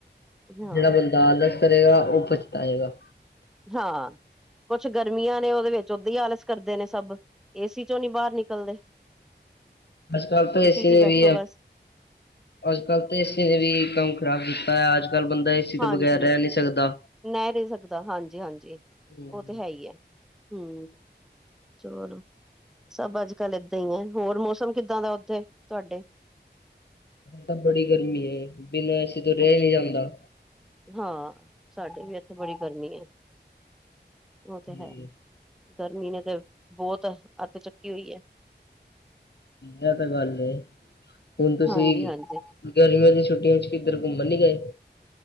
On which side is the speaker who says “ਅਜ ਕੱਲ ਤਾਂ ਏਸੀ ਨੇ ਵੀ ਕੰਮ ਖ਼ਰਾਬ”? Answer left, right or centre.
Left